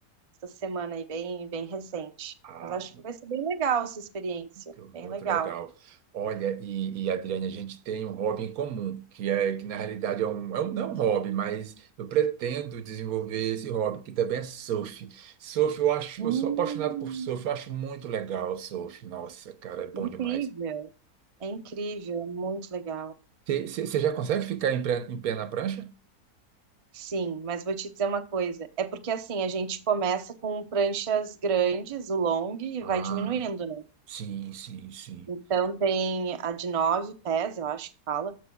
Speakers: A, on the right; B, on the right.
A: essa semana aí, bem, bem recente.
B: ah,
A: Mas acho que vai ser bem legal essa experiência,
B: Muito
A: bem legal.
B: legal. Olha, e, e Adriane, a gente tem um hobby em comum, que é que na realidade é um, é um não é um hobby, mas eu pretendo desenvolver esse hobby, que também é surf. Surf, eu acho,
A: Hum,
B: eu sou apaixonado por surf, eu acho muito legal o surf. Nossa, cara, é bom
A: incrível.
B: demais.
A: É incrível, é muito legal.
B: Você já consegue ficar em, pré- em pé na prancha?
A: Sim, mas vou te dizer uma coisa. É porque assim, a gente começa com pranchas grandes, o long, e
B: Ah,
A: vai diminuindo, né?
B: sim, sim, sim.
A: Então tem a de 9 pés, eu acho que fala,